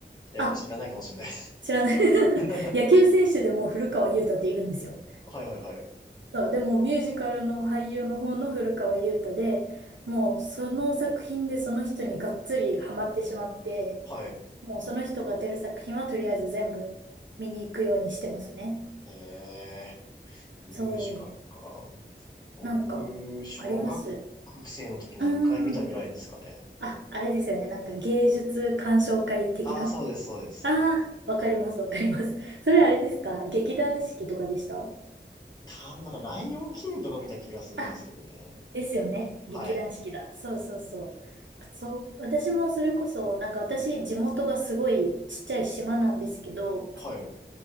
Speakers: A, on the left; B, on the right.
A: なやっぱ知らないかもしれないです。
B: あ知らない
A: <laughs>
B: <laughs> 野球選手でも古川優太っているんですよ。
A: はいはいはい。
B: そう、でもミュージカルの俳優の方の古川優太で、もうその作品でその人にがっつりハマってしまって、
A: はい。
B: もうその人が出る作品はとりあえず全部見に行くようにしてますね。
A: へえ、ミュージカルか。
B: そう、
A: 僕、
B: なんか、
A: 小学
B: あります
A: 生の時に一回見たぐらいですかね。
B: うーん。あ、あれですよね。なんか芸術鑑賞会的な。
A: ああ、そうです、そうです。
B: ああ、わかります、わかります。それあれですか劇団四季とかでした
A: 多分なんか、ライオンキングとか見た気がするんですけどね。
B: あですよね。
A: はい。
B: 劇団四季だ。そうそうそう。そう、私もそれこそ、なんか私、地元がすごいちっちゃい島なんですけど、
A: はい。